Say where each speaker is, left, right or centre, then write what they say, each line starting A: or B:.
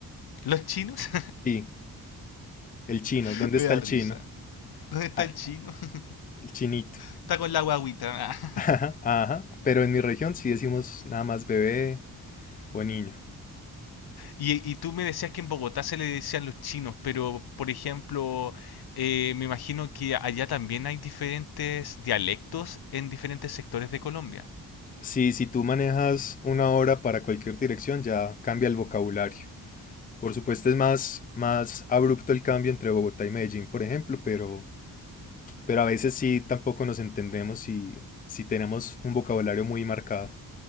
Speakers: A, on the left; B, on the left.
A: ¿Los chinos?
B: Sí, el chino.
A: <laughs>
B: ¿Dónde
A: Me
B: está
A: da
B: el
A: risa.
B: chino?
A: ¿Dónde está
B: Ah,
A: el chino? <laughs>
B: el chinito.
A: Está con la guaguita. Ah.
B: <laughs> Ajá, ajá. Pero en mi región sí decimos nada más bebé o niño.
A: Y, y tú me decías que en Bogotá se le decían los chinos, pero por ejemplo, eh, me imagino que allá también hay diferentes dialectos en diferentes sectores de Colombia.
B: Sí, si tú manejas una hora para cualquier dirección, ya cambia el vocabulario. Por supuesto es más, más abrupto el cambio entre Bogotá y Medellín, por ejemplo, pero, pero a veces sí tampoco nos entendemos y si tenemos un vocabulario muy marcado.